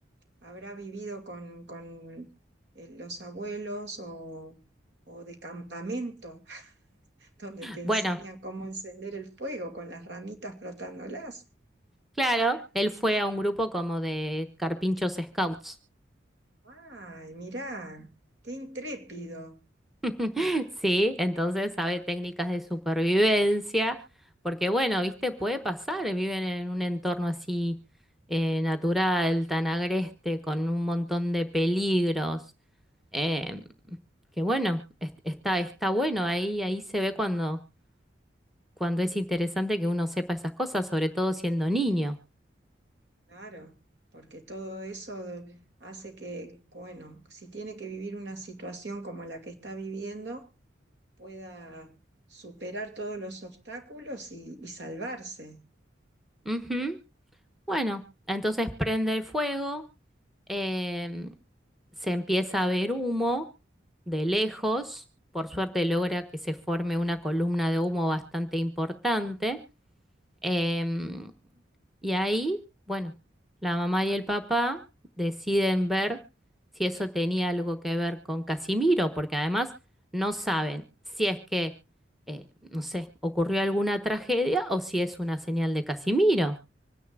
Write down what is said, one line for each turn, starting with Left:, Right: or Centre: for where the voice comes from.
Right: ¿Habrá vivido con, con eh, los abuelos o, o de campamento? donde te
Centre: Bueno,
Right: enseñan cómo encender el fuego con las ramitas frotándolas.
Centre: claro, él fue a un grupo como de carpinchos scouts,
Right: Ay, mirá, qué intrépido.
Centre: <laughs> ¿sí? Entonces sabe técnicas de supervivencia, porque bueno, viste, puede pasar, viven en un entorno así eh, natural, tan agreste, con un montón de peligros. Eh, que bueno, es- está, está bueno, ahí, ahí se ve cuando, cuando es interesante que uno sepa esas cosas, sobre todo siendo niño.
Right: Claro, porque todo eso de- hace que, bueno, si tiene que vivir una situación como la que está viviendo, pueda superar todos los obstáculos y, y salvarse.
Centre: Ujú. Bueno, entonces prende el fuego, em, se empieza a ver humo de lejos, por suerte logra que se forme una columna de humo bastante importante. Em, y ahí, bueno, la mamá y el papá deciden ver si eso tenía algo que ver con Casimiro, porque además no saben si es que, eh, no sé, ocurrió alguna tragedia o si es una señal de Casimiro.